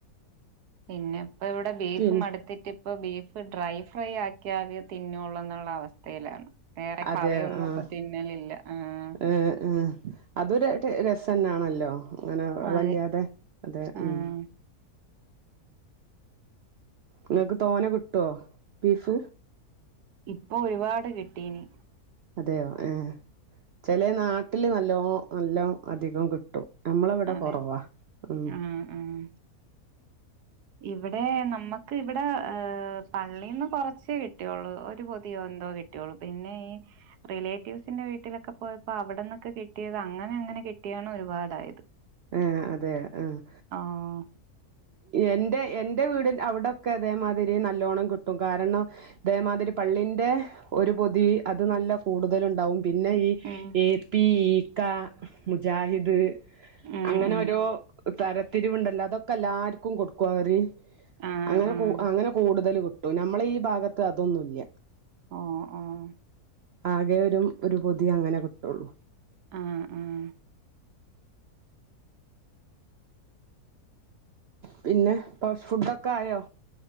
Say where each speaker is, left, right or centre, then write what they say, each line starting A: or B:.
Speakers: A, on the right (about 85°); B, on the right (about 70°).
A: പിന്നെ ഇപ്പ ഇവിടെ ബീഫും
B: പിൻ
A: മടുത്തി ട്ടിപ്പൊ ബീഫ് ഡ്രൈ ഫ്രൈ ആക്കിയാലെ തിന്നൊള്ളൊന്നുള്ള എന്നുള്ള അവസ്ഥയിലാണ് വേറെ കറിയൊന്നും
B: അതെ ആഹ്
A: ഇപ്പ തിന്നലില്ല ആഹ്
B: ഏഹ് ഏഹ് അതൊരു രസന്നാണല്ലോ അങ്ങനെ വള്ളല്ലാതെ
A: അതെ
B: അതെ
A: ആഹ്
B: ഉം നിങ്ങൾക്ക് തോനെ കിട്ടുവോ ബീഫ്
A: ഇപ്പൊ ഒരുപാട് കിട്ടീന്
B: അതെയോ ഏ ചില നാട്ടില് നല്ലോ നല്ലോ അധികം കിട്ടും നമ്മളവിടെ
A: അതെ
B: കൊറവാ ഉം
A: ആഹ് ആഹ് ഇവിടെ നമ്മുക്ക് ഇവിടെ ഏഹ് പള്ളീന്ന് കുറച്ചേ കിട്ടിയോള്ളൂ ഒരു പൊതിയോ എന്തോ കിട്ടിയോള്ളു പിന്നെ ഈ റിലേറ്റീവ്സിന്റെ വീട്ടിലൊക്കെ പോയപ്പോ അവിടെന്നൊക്കെ കിട്ടിയത് അങ്ങനെ അങ്ങനെ കി ട്ടിയാണ് ഒരുപാടായത്
B: ആഹ് അതെയൊ ആഹ്
A: ആഹ്
B: എന്റെ എന്റെ വീടി അവിടൊക്കെ അതേമാതിരി നല്ലോണം കിട്ടും കാരണം ഇതേമാതിരി പള്ളിന്റെ ഒരു പൊതി അത് നല്ല കൂടുതല് ഇണ്ടാവും. പിന്നെ ഈ
A: ഉം
B: എ പി, ഈക്ക, മുജാഹിദ്.
A: ഉം
B: അങ്ങനെ
A: ഉം
B: ഒരോ തരത്തിരിവ്ണ്ടല്ലൊ. അതൊക്കെ എല്ലാർക്കും കൊടുക്കും അവരി
A: ആഹ്
B: അങ്ങനെ
A: ആഹ്
B: കൂ അങ്ങനെ കൂടുതല് കിട്ടും. നമ്മളെ ഈ ഭാഗത്ത് അതൊന്നുല്ല.
A: ഓഹ് ഓഹ്
B: ആകെ ഒരു പൊതി അങ്ങനെ കിട്ടൊള്ളു.
A: ആഹ് ആഹ്
B: പിന്നെ ഫാസ് ഫുഡൊക്കെ ആയോ.